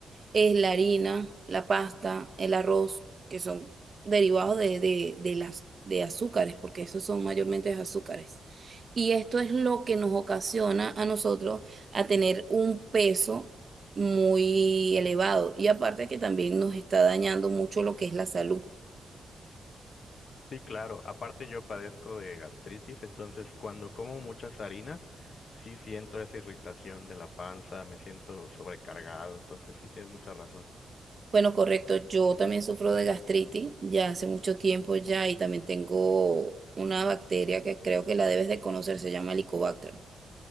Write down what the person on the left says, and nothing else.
Sí, claro. Aparte yo padezco de gastritis, entonces cuando como muchas harinas, sí siento esa irritación de la panza, me siento sobrecargado, entonces sí tienes mucha razón.